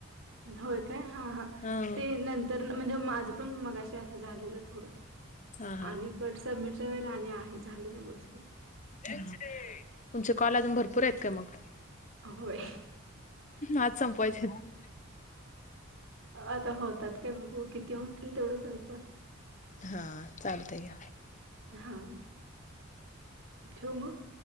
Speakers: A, on the right (about 65°); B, on the left (about 35°).
A: होय काय हा हा
B: हं.
A: ते नंतर म्हणजे माझं पण मगाशी असं झालेलं थोडं
B: हा हा.
A: आणि कट सबमिटच्या वेळे आणि आहे झालं बस्त
B: तुमचे कॉल अजून भरपूर आहेत का मग?
A: होय
B: आज संपवायचे आहेत.
A: आता होतात काय बघू किती होतील तेवढं करू
B: हा चालतंय
A: हा ठेऊ मग?